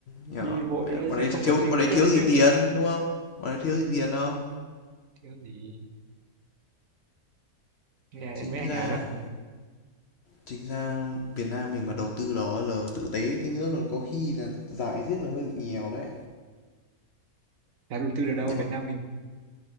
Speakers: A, on the left (about 55°); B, on the right (about 65°).
A: nhỉ?
B: đi vội luôn đấy
A: bọn
B: chứ
A: đấy
B: không
A: thiếu
B: cần suy
A: bọn
B: nghĩ
A: đấy
B: luôn
A: thiếu
B: đấy
A: gì
B: chứ
A: tiền, đúng không? Bọn đấy thiếu gì tiền đâu.
B: thiếu gì nghe
A: Chính
B: đến mấy anh
A: ra
B: Ả Rập mà
A: Chính ra Việt Nam mình mà đầu tư đó là tự tế tí nữa là có khi là giải riếc là hơi bị nhiều đấy.
B: đã đầu tư được đâu
A: Nhưng
B: Việt
A: mà
B: Nam mình